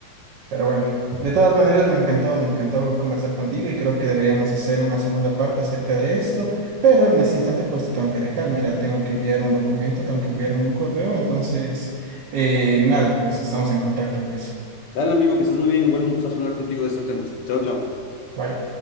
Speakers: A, on the right (about 70°); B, on the left (about 70°).
A: Pero bueno, de todas maneras me encantó, me encantó conversar contigo y creo que deberíamos hacer una segunda parte acerca de esto, pero en este instante pues te tengo que dejar, mira, tengo que enviar un documento, tengo que enviar un correo, entonces, eh, nada, pues estamos en contacto, Wilson.
B: Dale amigo, que estés muy bien, igual un gustazo hablar contigo de estos temas. Chao, chao.
A: Bye.